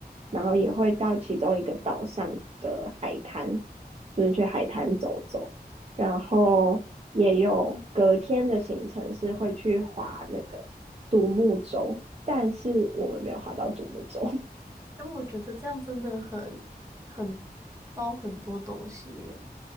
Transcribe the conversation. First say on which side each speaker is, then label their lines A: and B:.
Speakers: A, on the right; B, on the right.
A: 然后也会到其中一个岛上的海滩，就是去海滩走走，然后也有隔天的行程是会去划那个独木舟，但是我们没有划到独木舟。
B: 哎，我觉得这样真的很很包很多东西耶